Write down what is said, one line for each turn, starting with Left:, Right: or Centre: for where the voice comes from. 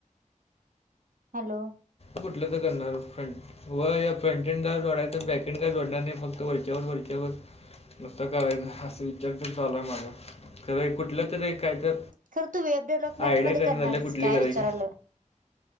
Right: हॅलो.
Left: कुठलं तर करणार फ्रेंड. व या फ्रंटेड का जोडायच, बॅकेंड का जोडणार नाही फक्त वरच्या व वरच्यावर नुसतं करायचं असं विचारच चालूय माझा. कुठलं तरी एक काहीतरी
Right: खरं तू वेब डेव्हलपमेंट
Left: आयडिया
Right: मध्ये
Left: कळना
Right: करणारीच
Left: झाल्या, काय
Right: विचारालं
Left: करायचं?